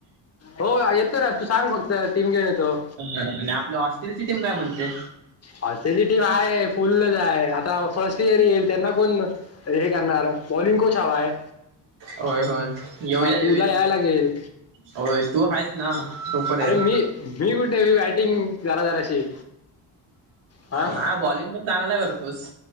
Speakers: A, on the left; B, on the right.
A: हो येतो ना तू सांग फक्त टीम घेऊन येतो.
B: आणि आपल्या हॉस्टेलची टीम काय म्हणते.
A: हॉस्टेलची टिम हाय फुल्ल हाय आता फर्स्ट इयर येईल त्यांना कोण हे करणार बॉलिंग कोच हवाय.
B: होय होय येऊया येऊया
A: तुला याय लागेल
B: होय तू हायस ना तोपर्यंत
A: अरे मी मी कुठे मी बॅटिंग जरा जराशी. हा
B: ना बॉलिंग पण चांगलं करतोस.